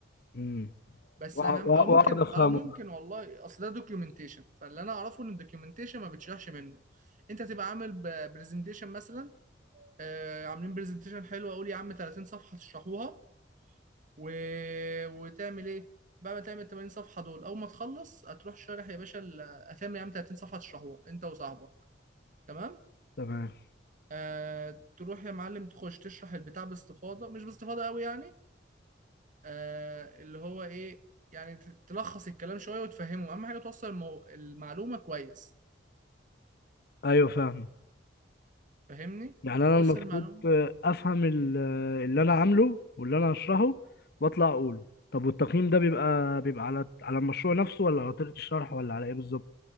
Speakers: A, on the left (about 60°); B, on the right (about 45°).
A: امم
B: بس
A: وأ-
B: اهم
A: وأ-
B: او ممكن
A: واقعد افهمهم
B: او ممكن والله اصل ده دوكيومنتيشن فاللي انا اعرفه ان الدوكيومنتيشن ما بتشرحش منه انت تبقى عامل برزنتيشن مثلا آه، عاملين برزنتيشن حلو اقول يا عم 30 صفحه تشرحوها و... وتعمل ايه بعد ما تعمل 80 صفحه دول اول ما تخلص هتروح شارح يا باشا ال- هتعمل يا عم 30 صفحه تشرحوها انت وصاحبك تمام
A: تمام
B: آه تروح يا معلم تخش تشرح البتاع باستفاضه مش باستفاضه قوي يعني آه اللي هو ايه يعني ت- تلخص الكلام شويه وتفهمه اهم حاجه توصل المو... المعلومه كويس
A: ايوه فاهم
B: فاهمني
A: يعني انا
B: توصل
A: المفروض
B: المعلومه
A: آه، افهم ال- آه، اللي انا عامله واللي انا هشرحه واطلع اقوله طب والتقييم ده بيبقى بيبقى على على المشروع نفسه ولا على طريقة الشرح ولا على ايه بالظبط